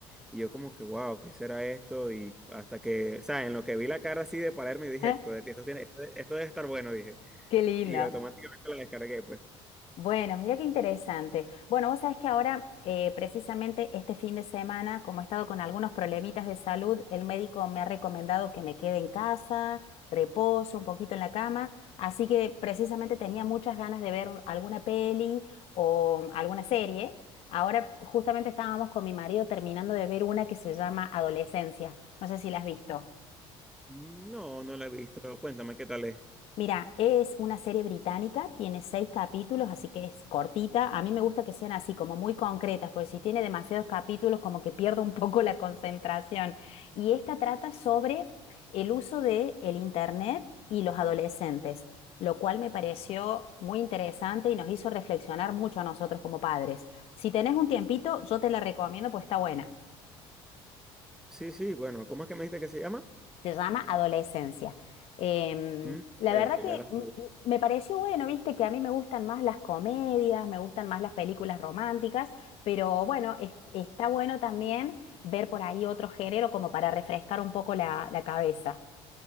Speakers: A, in the centre; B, on the left.
A: Y yo como que, wow, ¿qué será esto? Y hasta que, o sea, en lo que vi la cara así de Palermo y dije,
B: <laughs>
A: esto, de esto tiene, esto, esto debe estar bueno, dije.
B: Qué lindo.
A: Y automáticamente la descargué, pues.
B: Bueno, mira qué interesante. Bueno, vos sabés que ahora, eh, precisamente este fin de semana, como he estado con algunos problemitas de salud, el médico me ha recomendado que me quede en casa, reposo un poquito en la cama, así que precisamente tenía muchas ganas de ver un- alguna peli o alguna serie. Ahora justamente estábamos con mi marido terminando de ver una que se llama Adolescencia. No sé si la has visto.
A: No, no la he visto. Cuéntame qué tal es.
B: Mira, es una serie británica, tiene seis capítulos, así que es cortita. A mí me gusta que sean así, como muy concretas, porque si tiene demasiados capítulos, como que pierdo un <laughs> poco la concentración. Y esta trata sobre el uso de el internet y los adolescentes, lo cual me pareció muy interesante y nos hizo reflexionar mucho a nosotros como padres. Si tenés un tiempito, yo te la recomiendo, pues está buena.
A: Sí, sí, bueno, ¿cómo es que me dijiste que se llama?
B: se llama Adolescencia. Em,
A: Mm, ok,
B: la verdad
A: ok,
B: que
A: ya la estoy-
B: mm, mm, me pareció bueno, viste, que a mí me gustan más las comedias, me gustan más las películas románticas, pero bueno, es- está bueno también ver por ahí otro género como para refrescar un poco la, la cabeza.